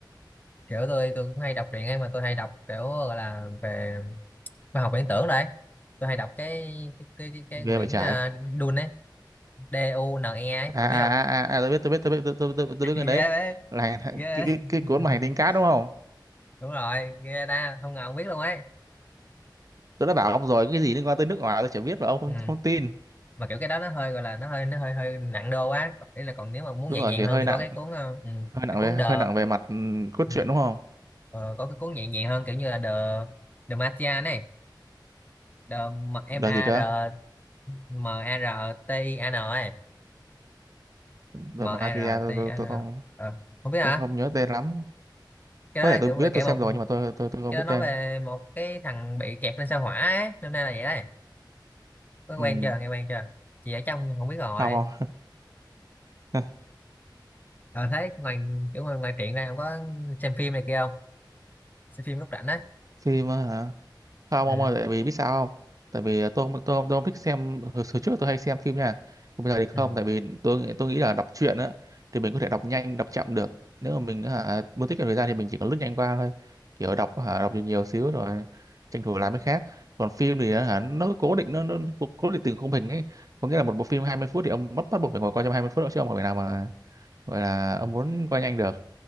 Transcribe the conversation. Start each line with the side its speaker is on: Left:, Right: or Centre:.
Left: kiểu tôi tôi cũng hay đọc truyện ấy mà tôi hay đọc kiểu gọi là về khoa học viễn tưởng đấy tôi hay đọc cái cái cái, cái, cái
Right: ghê
Left: quyển
Right: vậy trái
Left: uh, Dune ấy D U N E ấy
Right: à
Left: ông
Right: à
Left: biết không
Right: à à à, tôi biết tôi biết tôi biết tôi tôi tôi, tôi
Left: <laughs>
Right: biết
Left: ghê
Right: cái đấy
Left: đấy
Right: là hành- hành-
Left: ghê
Right: cái, cái,
Left: đấy.
Right: cái
Left: <laughs>
Right: cuốn mà hành tinh cát đúng không
Left: đúng rồi nghe ta không ngờ ông biết luôn ấy
Right: tôi đã bảo ông rồi cái gì liên quan tới nước ngoài tôi chả biết mà ông không,
Left: ừ.
Right: không tin
Left: mà kiểu cái đó nó hơi gọi là nó hơi nó hơi hơi nặng đô quá còn, ý là còn nếu mà muốn
Right: đúng
Left: nhẹ
Right: rồi
Left: nhàng
Right: kiểu
Left: hơn
Right: hơi
Left: thì
Right: nặng
Left: có cái cuốn ờ, ừ,
Right: hơi nặng
Left: cái cuốn
Right: về
Left: The
Right: hơi nặng về mặt ừm, cốt
Left: ừ,
Right: truyện đúng không
Left: ờ, có cái cuốn nhẹ nhàng hơn kiểu như là The The Martian này The M
Right: là
Left: A
Right: gì cơ
Left: R M A R T I A N ấy
Right: rồi
Left: m A
Right: Matia
Left: r MARTN
Right: tôi, tôi tôi
Left: à,
Right: không
Left: Ờ, không biết hả
Right: tôi không nhớ tên lắm
Left: cái
Right: có
Left: đó
Right: thể
Left: là
Right: tôi
Left: kiểu
Right: biết
Left: về kể
Right: tôi xem
Left: một
Right: rồi nhưng mà tôi tôi tôi không
Left: cái
Right: biết
Left: đó nói
Right: tên
Left: về một cái thằng bị kẹt lên sao hỏa ấy. Năm nay là vậy đấy có
Right: ừ.
Left: quen chưa nghe quen chưa chị ở trong không biết rồi
Right: không không
Left: ờ thấy ngoài kiểu ngoài, ngoài truyện ra không có xem phim này kia không xem phim lúc rảnh á
Right: <laughs> phim á hả không
Left: ừ.
Right: ông ơi tại vì biết sao không tại vì à, tôi không tôi, không- tôi không thích xem hồi, hồi trước tôi hay xem phim nha nhưng bây giờ thì không
Left: ừ.
Right: tại vì tôi nghĩ- tôi nghĩ là đọc truyện á thì mình có thể đọc nhanh đọc chậm được nếu mà mình hả muốn tiết kiệm thời gian thì mình chỉ có lướt nhanh qua thôi kiểu đọc hả đọc nhiều nhiều xíu rồi tranh thủ làm cái khác còn phim thì hả nó cố định nó nó cố cố định từng khung hình ấy có nghĩa là một bộ phim 20 phút thì ông bắt bắt buộc phải ngồi coi trong 20 phút đó, chứ ông không thể nào mà gọi là ông muốn coi nhanh được